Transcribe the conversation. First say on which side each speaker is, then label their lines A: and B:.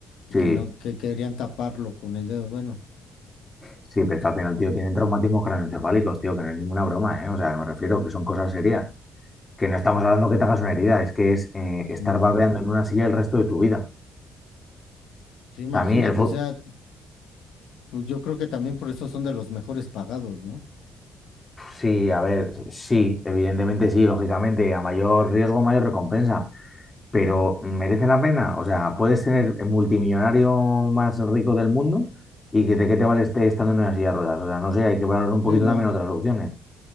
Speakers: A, on the left; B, on the left.
A: y
B: sí,
A: que no, que querían taparlo con el dedo. Bueno,
B: sí, pero es que al final, tío, tienen traumatismos craneoencefálicos, tío, que no es ninguna broma, ¿eh? O sea, me refiero que son cosas serias. Que no estamos hablando que te hagas una herida, es que es eh,
A: sí,
B: estar
A: no.
B: babeando en una silla el resto de tu vida.
A: Sí, imagínate,
B: O sea, a mí el fútbol...
A: o sea, t- pues yo creo que también por eso son de los mejores pagados, ¿no?
B: Sí, a ver, sí, evidentemente sí, lógicamente, a mayor riesgo, mayor recompensa, pero
A: Ujú.
B: ¿merece la pena? O sea, puedes tener el multimillonario más rico del mundo y que de qué te vale este estando en una silla de ruedas. O sea, no sé, hay que valorar un poquito
A: Sí, no,
B: también otras opciones.